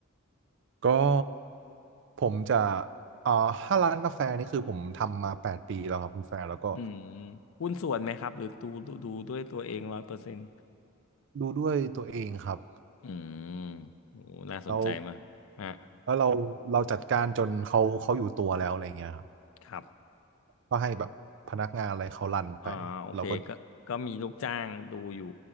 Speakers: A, on the right (about 60°); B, on the left (about 75°).
A: ก็ผมจะอ่าถ้าร้านกาแฟนี่คือผมทำมาแปดปีแล้วครับคุณแฟร์แล้วก็
B: อืมหุ้นส่วนไหมครับหรือดูดูดูด้วยตัวเองร้อยเปอร์เซ็นต์
A: ดูด้วยตัวเองครับ
B: อืมโอ้น่าสนใจมากฮะ
A: แล้วแล้วเราเราจัดการจนเขาเขาอยู่ตัวแล้วอะไรเงี้ยครับ
B: ครับ
A: ก็ให้แบบพนักงานอะไรเขารันไปเราก็
B: อ่าโอเคก็ก็มีลูกจ้างดูอยู่